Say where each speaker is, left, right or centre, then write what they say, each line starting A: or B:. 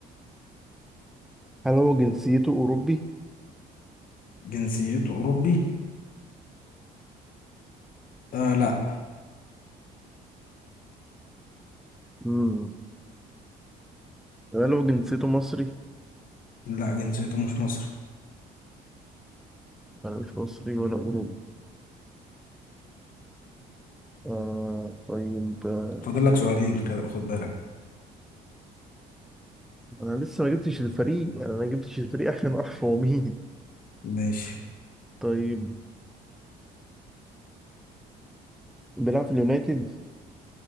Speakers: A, in the centre; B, on the left (about 55°).
A: هل هو جنسيته أوروبي؟
B: جنسيته اوروبي آه لا
A: آه ده لو جنسيته مصري
B: لا جنسيته مش مصري
A: انا مش مصري ولا اوروبي آه طيب آه،
B: فاضل لك سؤالين كده خد بالك
A: انا لسه ما جبتش الفريق يعني انا ما جبتش الفريق عشان اعرف هو مين
B: ماشي
A: طيب بيلعب في اليونايتد